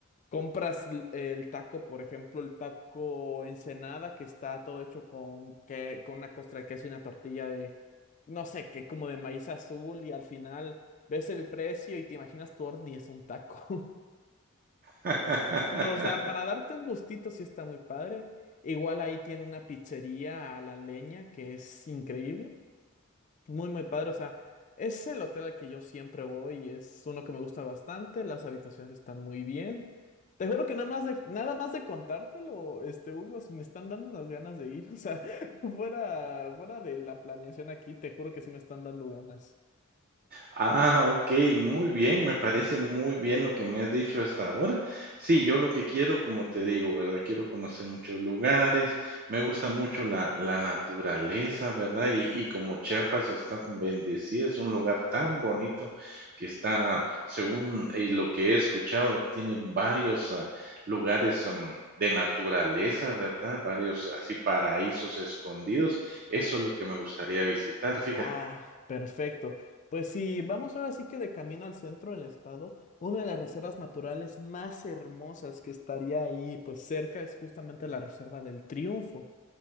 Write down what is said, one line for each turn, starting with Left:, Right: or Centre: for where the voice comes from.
Left: Compras l- el taco, por ejemplo, el taco Ensenada, que está todo hecho con, que, con una costra de queso y una tortilla de, no sé qué, como de maíz azul, y al final ves el precio y te imaginas tu horno y es un taco.
Right: <laughs>
Left: <laughs> Pero, o sea, para darte un gustito sí está muy padre. Igual ahí tiene una pizzería a la leña que es increíble. Muy, muy padre. O sea, es el hotel al que yo siempre voy y es uno que me gusta bastante. Las habitaciones están muy bien. Te juro que nada más de, nada más de contártelo, este, Hugo, me están dando unas ganas de ir. O sea, <laughs> fuera, fuera de la planeación aquí, te juro que sí me están dando ganas.
Right: Ah, ok, muy bien, me parece muy bien lo que me has dicho hasta ahora. Sí, yo lo que quiero, como te digo, ¿verdad? Quiero conocer muchos lugares, me gusta mucho la, la naturaleza, ¿verdad? Y, y como Chiapas está tan bendecida, es un lugar tan bonito que está, según eh, lo que he escuchado, tiene varios ah, lugares am, de naturaleza, ¿verdad? Varios así paraísos escondidos. Eso es lo que me gustaría visitar, fíjate.
Left: Ah, perfecto. Pues sí, vamos ahora sí que de camino al centro del estado, una de las reservas naturales más hermosas que estaría ahí, pues cerca, es justamente la Reserva del Triunfo.